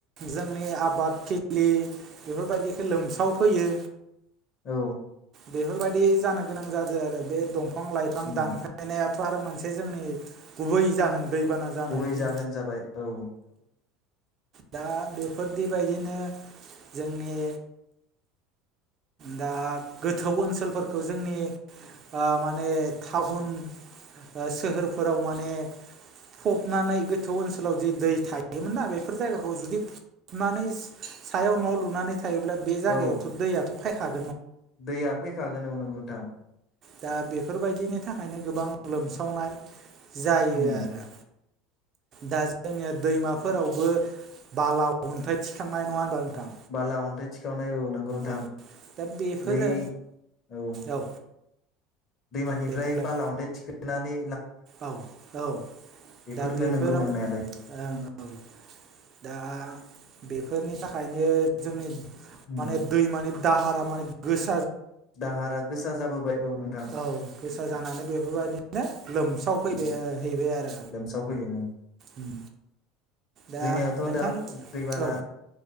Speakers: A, on the right; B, on the left.
A: जोंनि आबादथिलि बेफोरबायदिखौ लोमसावफैयो
B: औ।
A: बेफोर बायदि जानो गोनां जादों आरो बे दंफां बिफां लाइफां
B: उम
A: दानफायनाया थ आरो मोनसे जोंनि गुबै जाहोन दैबाना जानायनि
B: गुबै जाहोन जाबाय औ।
A: दा बेफोरदि बायदिनो जोंनि दा गोथौ ओनसोलफोरखौ जोंनि आ माने टाउन ओ सोहोरफोराव माने फबनानै गोथौ ओनसोलाव जु दै थायोमोन ना बेफोर जायगाखौ जुदि फबनानै सायाव न' लुनानै थायोब्ला बे जायगायावथ'
B: औ
A: दैयाथ' फाय हाग
B: दैया फैखागोन औ नोंगौ नोंथां।
A: दा बेफोरबायदिनि थाखायनो गोबां लोमसावनाय। जायो
B: उम
A: आरो। दा जोङो दैमाफोरावबो बाला अन्थाइ थिखांनाय नङा होनबा। नोंथां
B: बाला अनथाय थिखावनाय औ नंगौ नोंथां
A: औ दा बेफोरो
B: बै औ
A: औ
B: दैमानिफ्राय
A: दे बुंलाय
B: बाला अन्थाय थिखो नानै
A: औ औ
B: बेफोरनो
A: दा बेफोराव
B: नंगौ नोंनायालाय
A: ओं औ दा बेफोरनि थाखायनो जोंनि
B: उम
A: माने दैमानि दाहारा मा गोस
B: दाहारा गोसा जाबोबाय औ नों
A: औ गोसा जानानै बेफोरबायदिनो लोमसाव फैबाय
B: उम
A: हैबाय आरो।
B: लोमसाव फैयो
A: उम दा
B: जोंनियावथ'
A: नोंथां
B: दा दैबाना
A: औ।